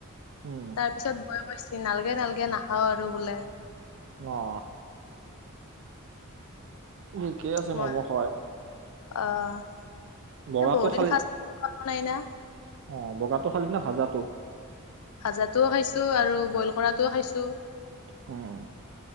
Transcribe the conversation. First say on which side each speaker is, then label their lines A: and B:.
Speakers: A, on the right; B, on the left.
A: উম,
B: তাৰপিছত বৌয়ে কৈছি নালগে, নালগে নাখাওঁ আৰু বোলে।
A: অ'। ঠিকেই আছে
B: মই
A: ম'ম' <unintelligible>
B: অ'।
A: বগাটো
B: এই বহুত
A: খালি
B: দিন ফাষ্ট <inaudible>
A: অ', বগাটো খালি নে ভাজাতো।
B: ভাজাতটোও খাইছোঁ, আৰু বইল কৰাতটোও খাইছোঁ।
A: উম,